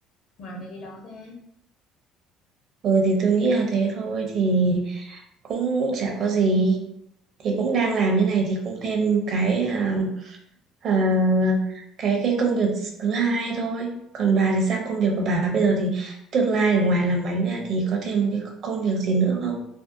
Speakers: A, on the left; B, on the right.
A: ngoài mấy cái đó ra
B: ừ, thì tôi nghĩ là thế thôi. Thì cũng chả có gì. Thì cũng đang làm như này thì cũng thêm cái à, à, cái cái công việc thứ hai thôi còn bà thì sao công việc của bà bây giờ thì tương lai ở ngoài làm bánh ra thì có thêm một cái công việc gì nữa không